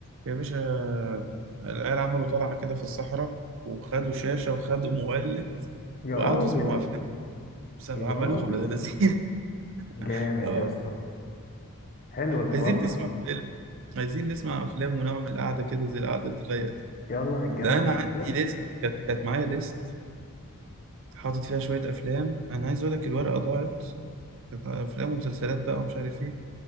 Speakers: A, on the right; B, on the left.
A: يا باشا العيال عملوا طلعة كده في الصحراء وخدوا شاشة وخدوا مولد
B: يا
A: وقعدوا
B: راجل
A: يسمعوا أفلام بس عملوها
B: يا راجل
A: ولاد لذين
B: جامد
A: <laughs> اه
B: يا اسطى حلو الحوار
A: عايزين
B: ده
A: نسمع فيلم عايزين نسمع أفلام ونعمل قعدة كده زي القعدة الرايقة دي
B: يلا نتجنن
A: ده أنا
B: نعملها
A: عندي ليست كانت كانت معايا ليست حاطط فيها شوية أفلام أنا عايز أقول لك الورقة ضاعت كانت أفلام ومسلسلات بقى ومش عارف إيه